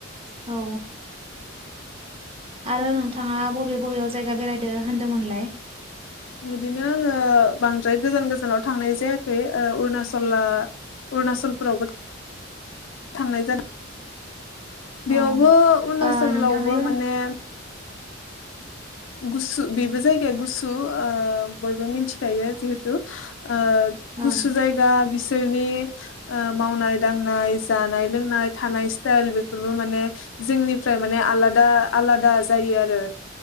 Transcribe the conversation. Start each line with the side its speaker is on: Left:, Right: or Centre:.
Right: औ आरो नोंथांङा बबे बबेयाव जायगा बेरायदो होन्दोंमोनलाय
Left: बिदिनो आंङो बांद्राय गोजान गोजानाव थांनाय जायाखै ओ अरुणचला अरुणचलफोरावबो थांनाय जादों बेयावबो
Right: औ
Left: अरुणचलावबो
Right: ओ नोंथांनि औ
Left: माने गुसु बेबो जायगाया गुसु ओ‌ बयबो मिथिखायो जिहेथु ओ
Right: औ
Left: गुसु जायगा बिसो बिसोरनि ओ मावनाय दांनाय जानाय लोंनाय थानाय स्टाइल बेफोरबो माने जोंनिफ्राय माने आलादा-आलादा जायो आरो